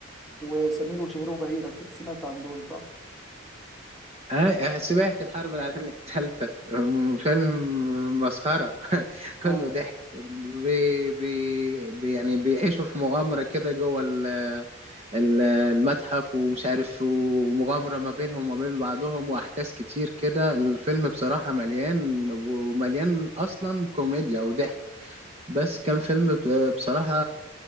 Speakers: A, in the centre; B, on the right (about 30°).
A: وسمير وشهير وبهير اكيد سمعت عن دول صح؟
B: آه سمعت الحرب العالمية الثالثة <laughs> م- فيلم مسخرة <laughs>
A: آه.
B: كله ضحك بي بي بي- يعني بيعيشوا في مغامرة كده جوه ال- ال- المتحف ومش عارف ومغامرة ما بينهم وما بين بعضهم وأحداث كتير كده الفيلم بصراحة مليان ومليان أصلا كوميديا وضحك بس كان فيلم ب- بصراحة